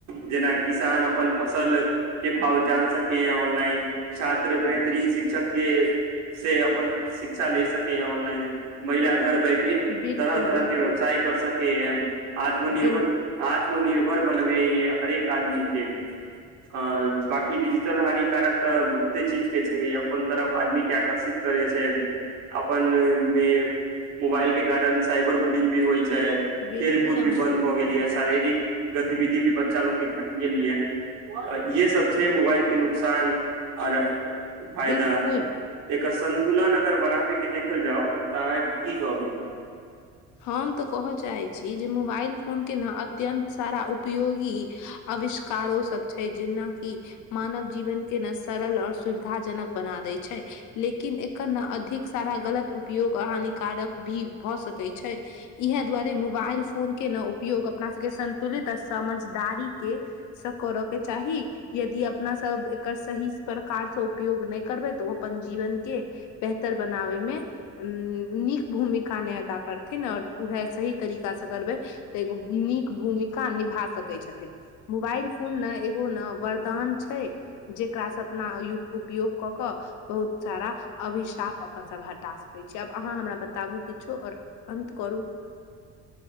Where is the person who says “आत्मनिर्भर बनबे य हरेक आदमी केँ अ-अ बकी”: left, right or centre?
Right